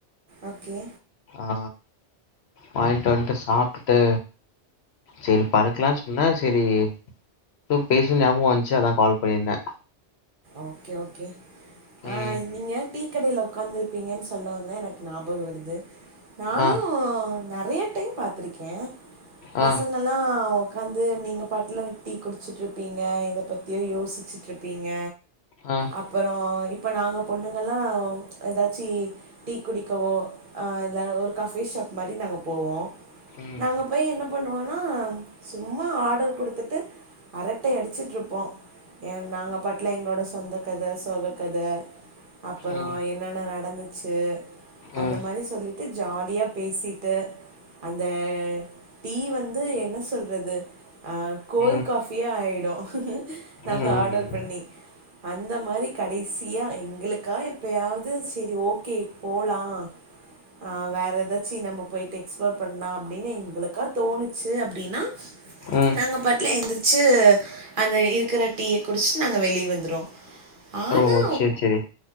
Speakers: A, on the right (about 50°); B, on the left (about 70°).
A: ஓகே
B: ஆ வாங்கிட்டு வந்ட்டு சாப்டுட்டு சேரி படுக்லானு சொன்ன சேரி எதோ பேசணு ஞாபகோ வந்துச்சு அதா கால் பண்ணிருந்த
A: ஓகே ஓகே ஆ
B: ம்
A: நீங்க டீ கடைல உக்காந்துருப்பீங்கன்னு சொல்லவுதா எனக்கு ஞாபகோ வருது நானு
B: ஆ
A: நெறய டைம் பாத்ருக்கே பசங்
B: ஆ
A: அதல்லா உக்காந்து நீங்க பாட்ல டீ குடிச்சுட்ருப்பீங்க எத பத்தியோ யோசிச்சுட்டுருப்பீங்க
B: ஆ
A: அப்பரோ இப்ப நாங்க பொண்ணுங்கள்ளா ஏதாச்சி டீ குடிக்கவோ ஆ இல்ல ஒரு கஃபே ஷாப் மாரி நாங்க போவோ
B: ம்
A: நாங்கப் போய் என்ன பண்ணுவோனா சும்மா ஆர்டர் குடுத்துட்டு அரட்டை அடிச்சிட்ருப்போ ஏ நாங்க பட் ள எங்களோட சொந்த கத சோகக்கத அப்பரோ
B: ம்
A: என்னென்ன நடந்துச்சு அந்த
B: ம்
A: மாரி சொல்லி ட்டு ஜாலியா பேசிட்டு அந்த டீ வந்து என்ன சொல்றது ஆ கோல்
B: ம்
A: காஃபியே ஆயிடு நாங்க
B: ம்
A: ஆர்டர்
B: ம்
A: பண்ணி அந்த மாரி கடைசியா எங்களுக்கா எப்பயாவது சரி ஓ கே போலா ஆ வேற ஏதாச்சி நம்ம போய்ட்டு எக்ஸ்ப்ளோர் பண்ளா அப்டின்னு எங்களுக்கா தோணுச்சு அப்டின்னா
B: ம்
A: நாங்க பாட்ல எந்துருச்சு அந்த இருக்கற டீய குடிச்சி நாங்க வெளிய வந் துருவோ ஆனா
B: ஓ சேரி சேரி